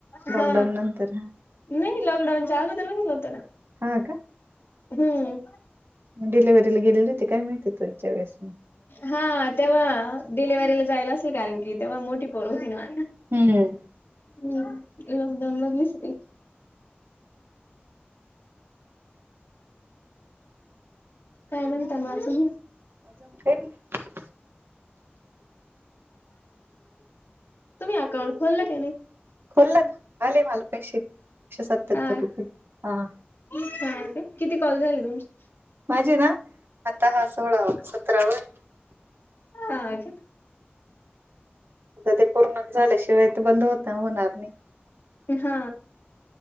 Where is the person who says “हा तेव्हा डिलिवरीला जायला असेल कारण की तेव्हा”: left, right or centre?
Left